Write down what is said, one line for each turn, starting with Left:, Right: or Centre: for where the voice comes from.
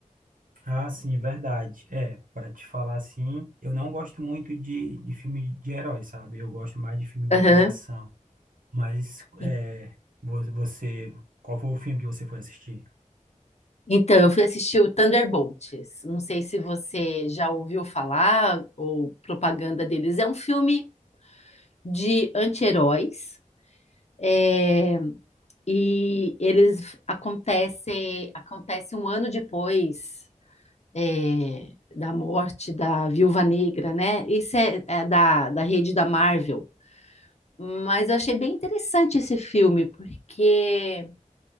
Right: Ah, sim, verdade. É, para te falar assim, eu não gosto muito de, de filme de herói, sabe? Eu gosto mais de filme de,
Left: Aham.
Right: de ação. Mas,
Left: E-
Right: é, vo- você, qual foi o filme que você foi assistir?
Left: Então, eu fui assistir o Thunderbolts. Não sei se você já ouviu falar ou propaganda deles. É um filme de anti-heróis. É, e eles acontecem acontece um ano depois é, da morte da Viúva Negra, né? Esse é, é da, da rede da Marvel. Mas eu achei bem interessante esse filme, porque,